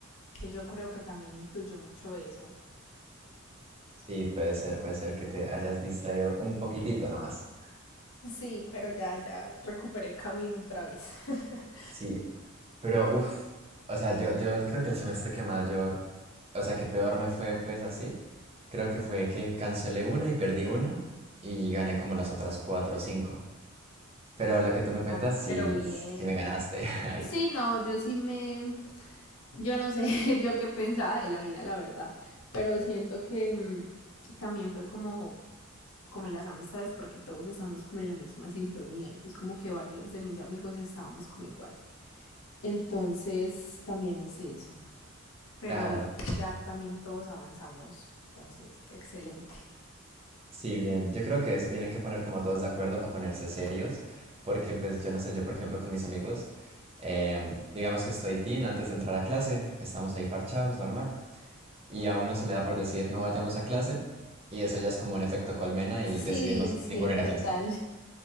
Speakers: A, on the left; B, on the right.
A: Entonces yo creo que también influyó mucho eso.
B: Sí, puede ser, puede ser que te hayas distraído un poquitito nomás.
A: Sí, pero ya, ya recuperé camino otra vez. <laughs>
B: Sí, pero uff, o sea, yo, yo creo que el semestre que mayor, o sea, que peor me fue pues así, creo que fue que cancelé una y perdí una y gané como las otras cuatro o cinco. Pero lo que tú me cuentas,
A: Ah,
B: sí,
A: pero bien.
B: sí me ganaste. <laughs> Ay,
A: Sí, no, yo sí me... Yo no sé <laughs> yo qué pensaba de la vida, la verdad. Pero siento que mm, también fue como como las amistades porque todos estamos como en la misma sintonía, entonces como que varios de mis amigos estábamos como igual. Entonces también es eso, pero
B: claro,
A: igual ya también todos avanzamos, entonces excelente.
B: sí, bien. Yo creo que se tienen que poner como todos de acuerdo para ponerse serios, porque pues yo no sé, yo por ejemplo con mis amigos, em, digamos que estoy teen antes de entrar a clase, estamos ahí parchados, normal. y a uno se le da por decir no vayamos a clase y eso ya es como un efecto colmena
A: Sí,
B: y decidimos
A: sí,
B: ninguno ir
A: total.
B: a clase.